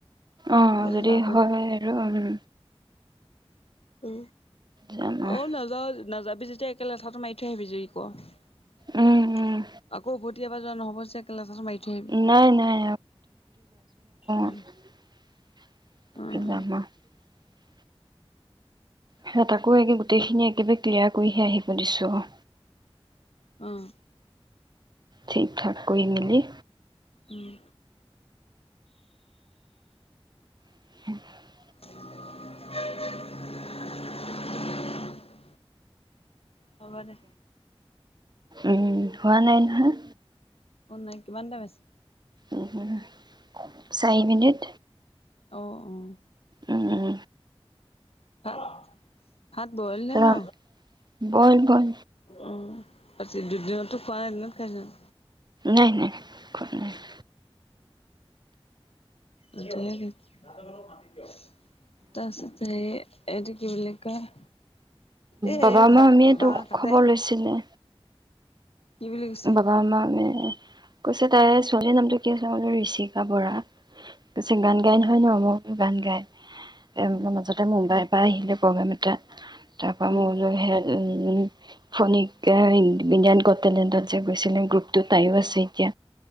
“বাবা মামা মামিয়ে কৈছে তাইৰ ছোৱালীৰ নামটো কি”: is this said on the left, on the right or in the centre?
Right